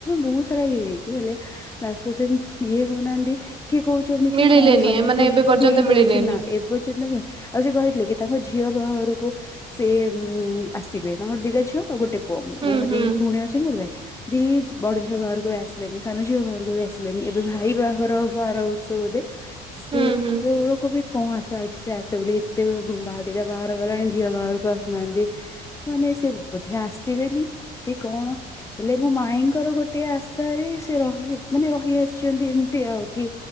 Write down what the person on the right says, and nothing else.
ମିଳିଲେନି
ମାନେ ଏବେ ପର୍ଯ୍ୟନ୍ତ
ମିଳିଲେନି
ହୁଁ
ହୁଁ
ହୁଁ ହୁଁ